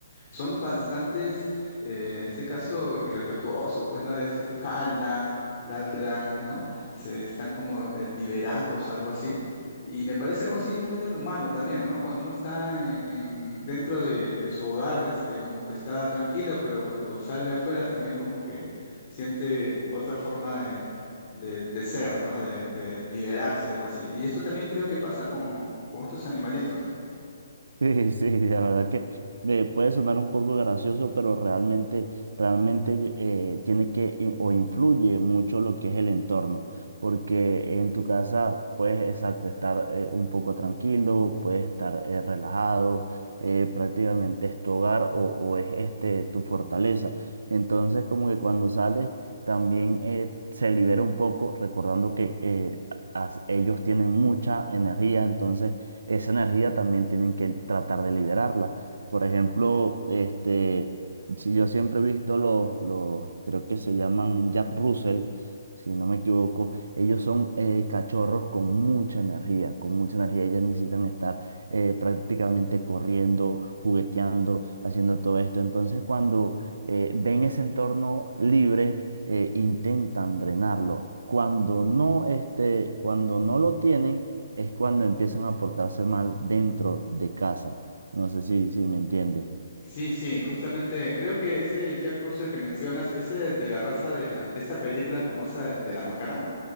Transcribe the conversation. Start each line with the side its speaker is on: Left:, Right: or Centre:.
Left: son bastantes, eh, en este caso, irrespetuosos, pues, ¿no? Es, es jalan, ladran, ¿no? Se están como eh, liberados, algo así. Y me parece algo así muy del humano también, ¿no? Cuando uno está en, en- dentro de, de su hogar, este, como que está tranquilo, pero cuando sale afuera también como que siente otra forma de, de- de ser, ¿no? De, de liberarse, algo así. Y esto también creo que pasa con, con estos animalitos.
Right: <laughs> Sí, sí, la verdad que eh, puede sonar un poco gracioso, pero realmente, realmente eh, tiene que in- o influye mucho lo que es el entorno, porque en tu casa puedes, exacto, estar eh, un poco tranquilo, puedes estar eh, relajado, eh, prácticamente es tu hogar o, o es este tu fortaleza. Entonces, como que cuando sales, también eh, se libera un poco, recordando que eh, as- ellos tienen mucha energía, entonces esa energía también tienen que tratar de liberarla. Por ejemplo, este, si yo siempre he visto los, los, creo que se llaman Jack Russell, si no me equivoco, ellos son eh, cachorros con mucha energía, con mucha energía. Ellas necesitan estar eh, prácticamente corriendo, jugueteando, haciendo todo esto. Entonces, cuando eh, ven ese entorno libre, eh, intentan drenarlo. Cuando no, este, cuando no lo tienen, es cuando empiezan a portarse mal dentro de casa. No sé si, si me entiendes.
Left: Sí, sí, justamente creo que ese Jack Russell que mencionas es el de la raza de la de esta película famosa de, de la máscara.